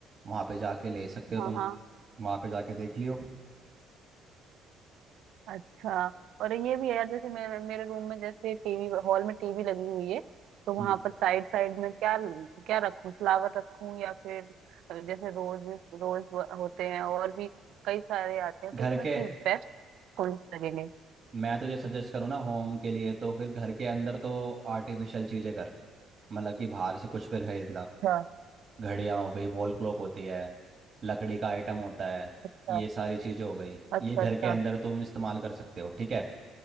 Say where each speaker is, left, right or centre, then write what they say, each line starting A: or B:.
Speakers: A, on the right; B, on the right.
A: वहाँ पे जाके ले सकते हो
B: हाँ
A: तुम
B: हाँ
A: वहाँ पे जाके देख लियो
B: अच्छा और ये भी है यार जैसे मेरे मेरे रूम में जैसे टीवी हॉल में टीवी लगी हुई है तो वहां
A: हम्म,
B: पर साइड साइड में क्या क्या रखूं फ्लावर रखूं या फिर जैसे रोज रोज होते हैं और भी कई सारे आते हैं
A: घर
B: तो उसमें
A: के
B: से बेस्ट कौन से लगेंगे
A: मैं तुझे सजेस्ट करूँ ना होम के लिए तो फिर घर के अंदर तो आर्टिफिशियल चीज़ें कर मतलब कि बाहर से कुछ भी खरीद ला
B: अच्छा
A: घड़ियाँ हो गई वॉल क्लॉक होती है लकड़ी का आइटम होता है
B: अच्छा
A: ये सारी चीज़ें हो गई
B: अच्छा
A: ये घर
B: अच्छा
A: के अंदर तुम इस्तेमाल कर सकते हो ठीक है